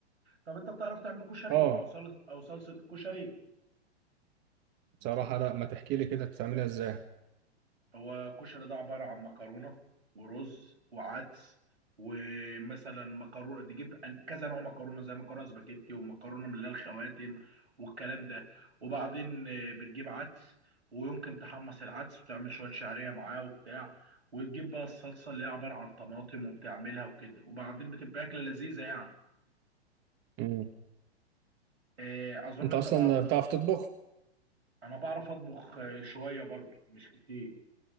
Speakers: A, on the right (about 75°); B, on the right (about 35°).
A: طب انت بتعرف تعمل كشري
B: آه
A: او صلصه او صلصه الكشري
B: بصراحة لا ما تحكي لي كده بتعملها ازاي
A: هو الكشري ده عباره عن مكرونه ورز وعدس ومثلا مكرونه تجيب أن- كذا نوع مكرونه زي مكرونه سباكيتي ومكرونه من اللي هي الخواتم والكلام ده وبعدين آه، بتجيب عدس ويمكن تحمص العدس وتعمل شويه شعريه معاه وبتاع وتجيب بقى الصلصه اللي هي عباره عن طماطم وبتعملها وكده وبعدين بتبقى اكله لذيذه يعني
B: مم.
A: آه، اظن
B: انت
A: انت
B: اصلا
A: ما
B: بتعرف تطبخ
A: انا بعرف اطبخ آه، شويه برضو مش كتير